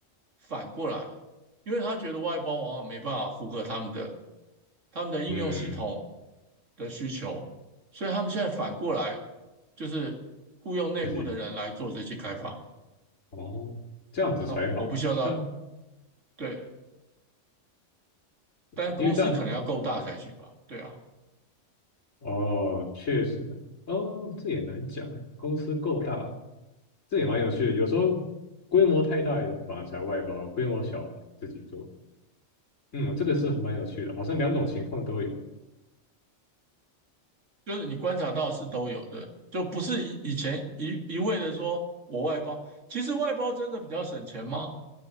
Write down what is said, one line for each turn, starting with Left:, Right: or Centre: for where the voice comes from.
Right: 反过来，因为他觉得外包往往没办法符合他们的他们的应用系统
Left: 嗯
Right: 的需求，所以他们现在反过来就是雇佣内部的人来做这些开发。
Left: 自己哦，这样子才好啊这样
Right: 那我不需要他对，但公司可能要够大才行吧？
Left: 因为这样
Right: 对啊。
Left: 哦，确实哦，这也难讲哎。公司够大，这也蛮有趣的。有时候规模太大的反而才外包，规模小自己做。嗯，这个是蛮有趣的，好像两种情况都有。
Right: 就是你观察到是都有的，就不是以以前一一味的说我外包，其实外包真的比较省钱吗？